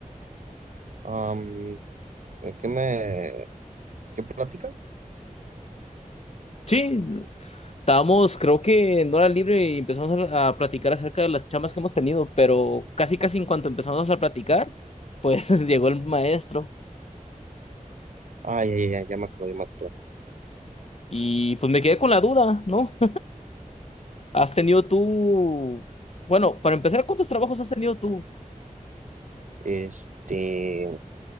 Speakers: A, on the right (about 65°); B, on the left (about 50°).
A: Am, ¿de ¿qué me, qué plática?
B: Sí, estábamos, creo que en hora libre y empezamos a, a platicar acerca de las chamas que hemos tenido, pero casi, casi en cuanto empezamos a platicar, pues <laughs> llegó el maestro
A: Ah, ya, ya, ya, ya me acuerdo, ya me acuerdo.
B: y pues me quedé con la duda, ¿no? ¿Has tenido tú, bueno, para empezar, ¿cuántos trabajos has tenido tú
A: Este,